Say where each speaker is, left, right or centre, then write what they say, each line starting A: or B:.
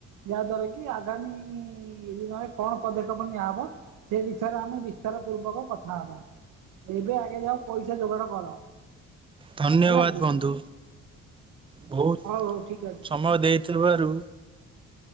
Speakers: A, on the right; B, on the right.
A: ଯାହା ଦ୍ଵାରା କି ଆଗାମୀ ଦିନରେ କଣ ପଦକ୍ଷପ କ ନିଆହବ ସେ ବିଷୟରେ ଆମେ ବିସ୍ତାର ପୂର୍ବକ କଥା ହବା। ଏବେ ଆଗେ ଯାଅ ପଇସା ଯୋଗାଡ଼ କର।
B: ଧନ୍ୟବାଦ
A: ହେଲା କି
B: ବନ୍ଧୁ ବହୁତ
A: ହଉ ହଉ ଠିକ୍ ଅଛି
B: ସମୟ ଦେଇଥିବାରୁ